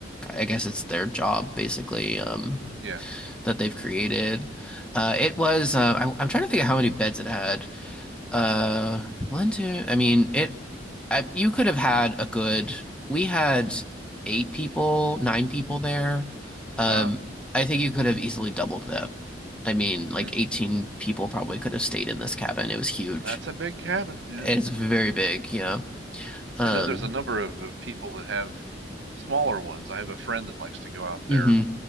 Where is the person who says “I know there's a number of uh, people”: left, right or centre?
Right